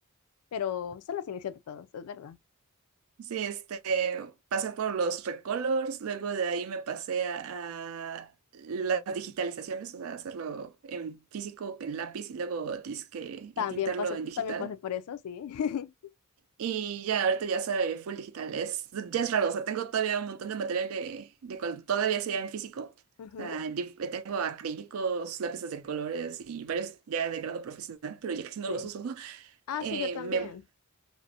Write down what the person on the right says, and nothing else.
Sí, este, pasé por los recolors, luego de ahí me pasé a, a las digitalizaciones, o sea, hacerlo en físico, en lápiz y luego disque
entintarlo
en digital.
Y ya, ahorita ya soy full digital, es, ya es raro, o sea, tengo todavía un montón de material de, de cuando todavía sea en físico.
O sea, dif- eh, tengo acrílicos, lápices de colores y varios ya de grado profesional, pero ya casi no
los uso. <laughs>
Eh,
me